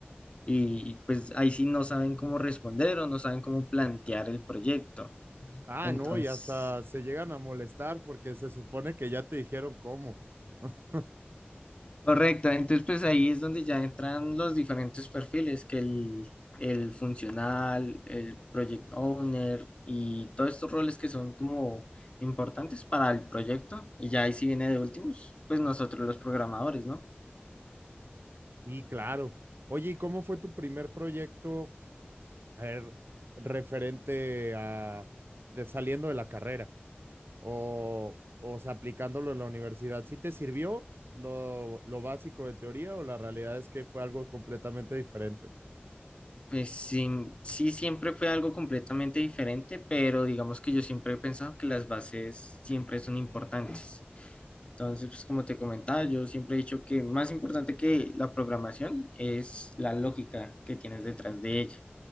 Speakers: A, on the left (about 30°); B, on the right (about 65°).
A: Y pues ahí sí no saben cómo responder o no saben cómo plantear el proyecto.
B: Ah,
A: Entonces...
B: no, y hasta se llegan a molestar porque se supone que ya te dijeron cómo. <laughs>
A: Correcto, entonces pues ahí es donde ya entran los diferentes perfiles, que el, el funcional, el project owner y todos estos roles que son como importantes para el proyecto. Y ya ahí sí viene de últimos, pues nosotros los programadores, ¿no?
B: Sí, claro. Oye, ¿y cómo fue tu primer proyecto a referente a de saliendo de la carrera? O, o sea, aplicándolo en la universidad. ¿Sí te sirvió lo, lo básico de teoría o la realidad es que fue algo completamente diferente?
A: Pues sí, sí siempre fue algo completamente diferente, pero digamos que yo siempre he pensado que las bases siempre son importantes. Entonces, pues como te comentaba, yo siempre he dicho que más importante que la programación es la lógica que tienes detrás de ella.